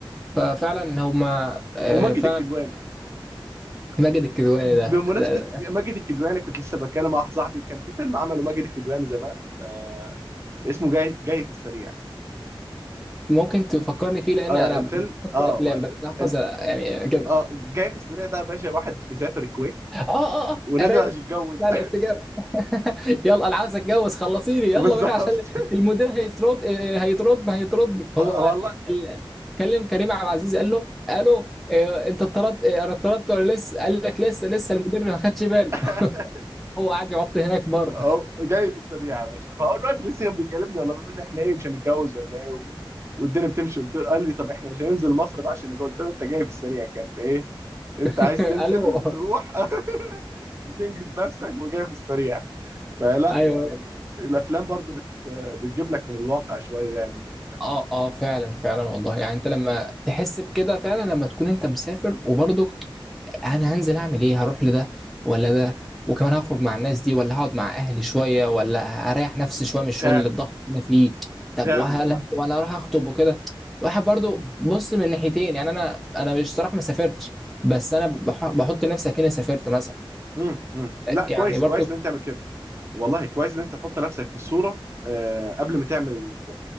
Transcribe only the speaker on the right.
وماجد
الكدواني
ب-
بمناسبة
ماجد الكدواني كنت لسه بتكلم مع واحد صاحبي كان في فيلم عمله ماجد الكدواني زمان آه اسمه جاي جاي في السريع
آه
الفيلم اه
ما الف...
ال-
اه جاي في السريع ده يا باشا واحد بيسافر الكويت
ونازل
عشان يتجوز
<laughs>
بالظبط
ف-
والله
<laughs>
هو جاي في السريع يا باشا فهو الوقت لسه كان بيكلمني والله بيقول لي احنا ايه مش هنتجوز ولا ايه و... والدنيا بتمشي قلت له قال لي طب احنا مش هننزل مصر بقى عشان نتجوز قلت له انت جاي في السريع كان انت ايه انت
عايز تنزل
تروح <laughs> وتنجز نفسك وجاي في السريع فلا
يعني الافلام برضو بت... بتجيب لك من الواقع شويه يعني
فعلا
فعلا
والله
مم.
مم. مم. لا
كويس
كويس ان انت تعمل كده والله كويس ان انت تحط نفسك في الصوره آه، قبل ما تعمل ال-